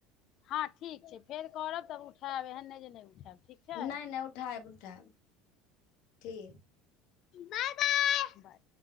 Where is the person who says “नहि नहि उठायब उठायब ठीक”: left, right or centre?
Left